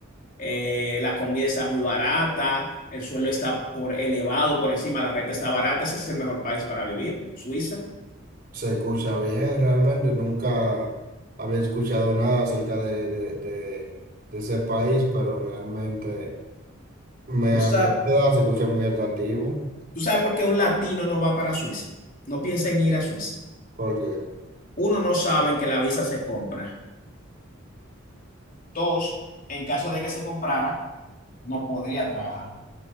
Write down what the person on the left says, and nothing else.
eh, la comida está muy barata, el sueldo está por elevado por encima, la renta está barata, ese es el mejor país para vivir, Suiza.
¿Tú
sabes,
tú sabes por qué un latino no va para Suiza? No piensa en ir a Suiza.
Uno, no saben que la visa se compra. Dos, en caso de que se comprara, no podría trabajar.